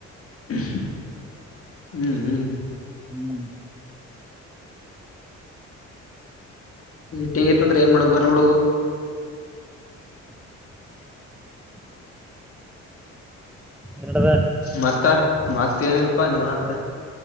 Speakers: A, on the left; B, in the centre.
A: ಹ್ಮ್ ಹ್ಮ್
B: ಹ್ಮ್
A: ಟಿಂಗ ಇತ್ ಅಂದ್ರೆ ಏನ್ ಮಾಡ ಬರ್ ಹಡು
B: <inaudible> ಎರಡದ
A: ಮತ ಮಾ ಏನಲ್ಪಾ ನೀವ ಅಂತ